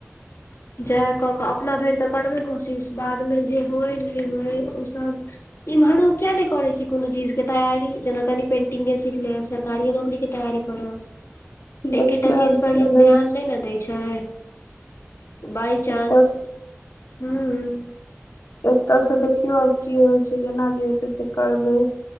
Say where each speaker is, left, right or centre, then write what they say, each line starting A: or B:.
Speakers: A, on the left; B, on the left.
A: जेहए क क अपना भरि त करबे कोशिश बादमे जे होय नहि होय ओसभ इम्हरो किया नहि करे छै कोनो चीज के तैयारी जेना कनि पेंटिंगे सिखले सरकारी नौकरी के तैयारी करब
B: देखियौ
A: एकेटा चीज
B: आब
A: पर
B: की
A: लोग
B: होइ
A: ध्यान
B: छै
A: नहि ने दै छै बइ चांस
B: एतऽ
A: हु
B: एतसँ देखियौ आब की होइ छै जेना जे हेतै से करबै